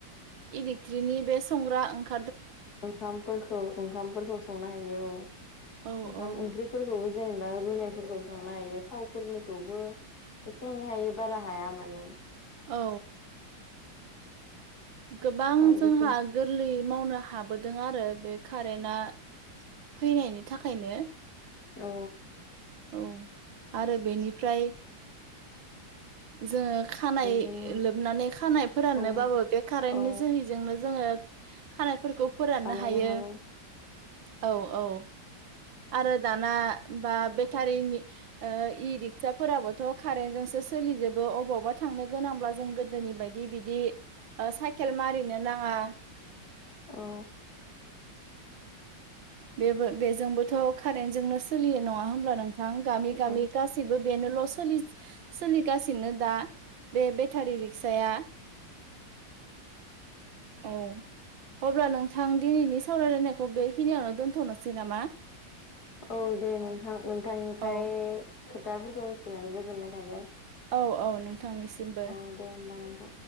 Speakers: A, on the right; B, on the left.
A: इलेक्ट्रिकनि बे संग्रा ओंखाम
B: ओंखामफोरखौ ओंखामफोरखौ संनो हायो औ।
A: औ
B: ओंखाम
A: औ
B: ओंख्रि फोरखौबो जेनेबा रुनायफोरखौ संनो हायो थावफोरनिखौबो एसे एनै हायो बारा हाया माने।
A: औ। गोबां
B: दावदैफोर
A: जोंहा गोरलैयै मावनो हाबोदों आरो बे कारेन्टआ फैनायनि थाखायनो
B: औ
A: औ आरो बेनिफ्राय जोङो खानाय
B: बिदिनो
A: लोबनानै खानाय फोराननोबाबो
B: खाना
A: बे कारेन्टनि
B: औ
A: जोहैजोंनो जोङो खानायफोरखौ फोराननो
B: बानायनो
A: हायो
B: हाबाय
A: औ औ आरो दाना बा बेटारिनि इ रिक्साफोराबोथ' कारेन्ट जोंसो सोलिजोबो अबावबा थांनो गोनांब्ला जों गोदोनि बायदि बिदि साइकेल मारिनो नाङा।
B: औ।
A: बेबो बेजोंबोथ' कारेन्टजोंनो सोलियो नङा होमब्ला नों थां गामि गामि
B: औ
A: गासिबो बेनोल' सोलिगासिनो दा। बे बेटारि रिक्साया औ। अब्ला नोंथां दिनैनि सावरायलायनायखौ बेखिनियावनो दोन्थ'नोसै नामा?
B: औ दे नोंथां। नोंथांनिफ्राय
A: औ
B: खोथाफोरखौ मिथिनानै गोजोननाय थाबाय।
A: औ औ नोंथांनिसिमबो।
B: औ दे होमबा नोंथां